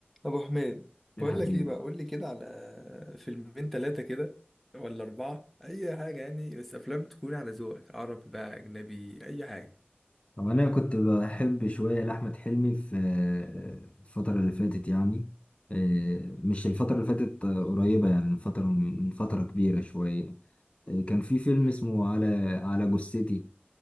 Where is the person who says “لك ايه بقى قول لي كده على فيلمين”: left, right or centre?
Centre